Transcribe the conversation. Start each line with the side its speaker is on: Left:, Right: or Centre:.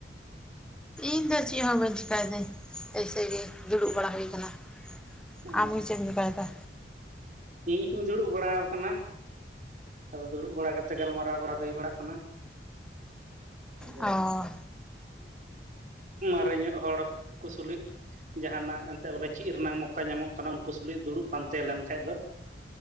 Centre: ᱤᱧ ᱫᱚ ᱪᱮᱫ ᱦᱚᱸ ᱵᱟᱹᱧ ᱪᱮᱠᱟᱭ ᱫᱟᱹᱧ, ᱮᱭᱥᱮ ᱜᱮ ᱫᱩᱲᱩᱵ ᱵᱟᱲᱟ ᱦᱩᱭ ᱟᱠᱟᱱᱟ᱾
Right: ᱚ
Centre: ᱟᱢ ᱜᱮ ᱪᱮᱫ ᱪᱤᱠᱟ ᱮᱫᱟ?
Right: ᱤᱧ ᱦᱚᱧ ᱫᱩᱲᱩᱵ ᱵᱟᱲᱟ ᱟᱠᱟᱱᱟ᱾ ᱟᱫᱚ ᱫᱩᱲᱩᱵ ᱵᱟᱲᱟ ᱠᱟᱛᱮ ᱜᱟᱞᱢᱟᱨᱟᱣ ᱵᱟᱲᱟ ᱦᱩᱭ ᱵᱟᱲᱟᱜ ᱠᱟᱱᱟ᱾ ᱟᱫᱚ
Centre: ᱚ
Right: ᱢᱟᱨᱮ ᱧᱚᱜ ᱦᱚᱲ ᱠᱩ ᱥᱩᱞᱩᱡ ᱡᱟᱦᱟᱱᱟᱜ ᱮᱱᱛᱮᱫ ᱵᱚᱞᱮ ᱪᱮᱫ ᱨᱮᱱᱟᱜ ᱢᱚᱣᱠᱟ ᱧᱟᱢᱚᱜ ᱠᱟᱱᱟ ᱩᱱᱠᱩ ᱛᱩᱞᱩᱡ ᱫᱩᱲᱩᱵ ᱯᱟᱱᱛᱮ ᱞᱮᱱ ᱠᱷᱟᱡ ᱫᱚ